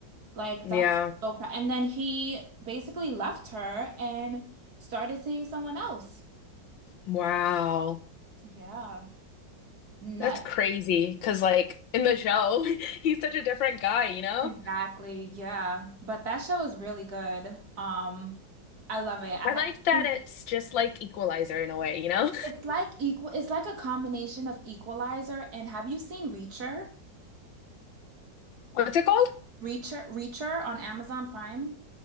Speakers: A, on the right; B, on the left.
A: like
B: Yeah.
A: that's so cra and then he basically left her and started seeing someone else
B: Wow.
A: yeah nut
B: That's crazy because, like, in the show, <laughs> he's such a different guy, you know?
A: exactly yeah but that show is really good um I love it I ha-
B: I like that
A: think
B: it's just like Equalizer in a way, you know?
A: It's like equal, it's like a combination of Equalizer and have you seen Reacher?
B: <laughs> What's it called?
A: Reacher, Reacher on Amazon Prime?